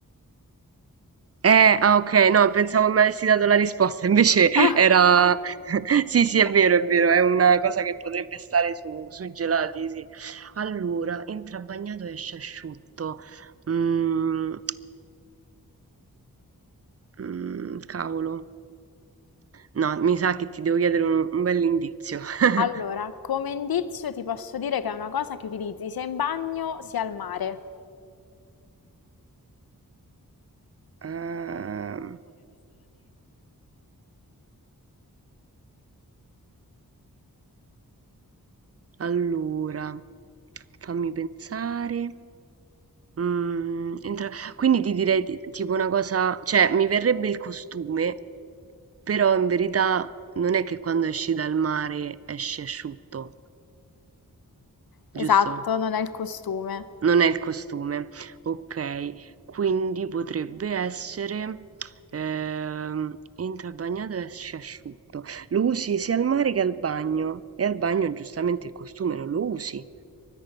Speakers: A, on the right; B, on the left.
A: Eh, ah, ok, no, pensavo mi avessi dato la risposta, invece
B: Ah.
A: era... <laughs> Sì, sì, è
B: <laughs>
A: vero, è vero, è una cosa che potrebbe stare su, sui gelati, sì. Allora, entra bagnato e esce asciutto. Mm, mm, cavolo. No, mi sa che ti devo chiedere un, un bell'indizio. <laughs>
B: Allora, come indizio ti posso dire che è una cosa che utilizzi sia in bagno sia al mare.
A: Ehm Allora, fammi pensare. Mm, entra- Quindi ti direi ti- tipo una cosa, cioè mi verrebbe il costume, però in verità non è che quando esci dal mare esci asciutto,
B: Esatto,
A: giusto?
B: non è il costume.
A: Non è il costume. Ok, quindi potrebbe essere ehm, entra bagnato e esce asciutto. Lo usi sia al mare che al bagno. E al bagno giustamente il costume non lo usi.